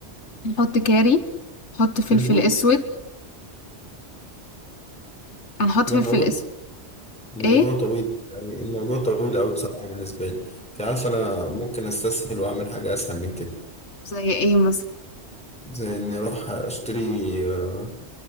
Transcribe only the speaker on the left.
نحط كاري، نحط فلفل
أسود،
هنحط
فلفل
أسود
إيه؟
زي إيه مثلًا؟